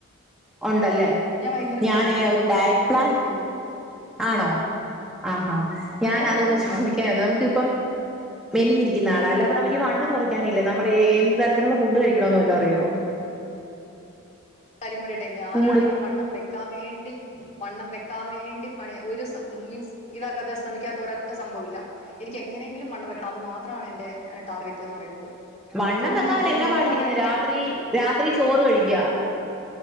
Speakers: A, in the centre; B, on the left.
A: ഒണ്ടല്ലേ
B: ഞാൻ ഭയങ്കര
A: ഞാനേ
B: മെലിഞ്ഞിരുന്ന
A: ഒരു ഡയറ്റ്
B: നല്ല
A: പ്ലാൻ
B: മെലിഞ്ഞിരിക്കുന്നു
A: ആണോ ആഹാ ഞാൻ
B: നല്ല
A: അതൊന്നും
B: മെലിഞ്ഞിരിക്കുന്ന
A: ചോദിക്കാനായിരുന്നു നമുക്കിപ്പൊ മെലിഞ്ഞിരിക്കുന്ന ആളാ അല്ല അപ്പ നമുക്ക്ഈ വണ്ണം കുറ ക്കാനില്ല നമ്മൾ എന്ത് തരത്തിലുള്ള ഫുഡ് കഴിക്കണോന്ന് വല്ല അറിയോ?
B: കാര്യം പറയട്ടെ ഞാനാണെങ്കി
A: കൂടു
B: വണ്ണം വെക്കാൻ വേണ്ടി വണ്ണം വെക്കാൻ വേണ്ടി പണി ഒരു സ്വ മീൻസ് ഇതാക്കാത്ത ശ്രമിക്കാത്ത ഓരാറ്റ സംഭവില്ല. എനിക്ക്ങ്ങനെങ്കിലും വണ്ണം വെ കണം അത് മാത്രാണ് എൻ്റെ ടാർഗറ്റ് എന്ന് പറയുന്നത്.
A: മണ്ണം
B: ഫുൾ
A: വെക്കാൻ
B: എന്താണ്
A: എന്നാപാടിരിക്കുന്നു.
B: മുഴുവനായിട്ട്
A: രാത്രി
B: ഞാൻ
A: രാത്രി ചോറ് കഴിക്ക